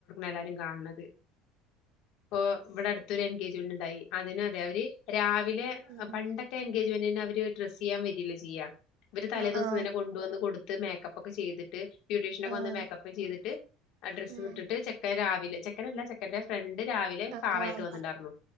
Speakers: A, on the left; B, on the right.
A: എല്ലാരും കാണണത് ഇപ്പൊ ഇവിടെ അടുത്തൊരു എൻഗേജ്മെന്റ് ഉണ്ടായി അതിനും അതെ അവര് രാവ് വിലേ
B: ഉം
A: പണ്ടൊക്കെ എൻഗേജ്മെന്റി അവ ഡ്രസ്സ് ചെയ്യാൻ വരീല്ല ചെയ്യാ ഇവര് തലേ
B: ആഹ്
A: ദിവസംന്നെ
B: ആഹ്
A: കൊണ്ടുവന്ന് കൊടു മേക്കപ്പ്‌ ഒക്കെ ചെയ്തിട്ട് ബ്യൂട്ടീഷ്യനോക്കെ
B: ആഹ്
A: ഒന്ന് മേക്കപ്പ് ചെയ്തിട്ട് ഡ്രസ്സ്
B: ഉം
A: വിട്ടിട്ട് ചെക്ക രാവിലെ വില ചെക്കനല്ല ചെക്കൻന്റെ ഫ്രണ്ട് രാവിലെ
B: ആഹ്
A: കാറായിട്ട്
B: ആഹ്
A: വന്നിട്ട്ണ്ടാർന്നു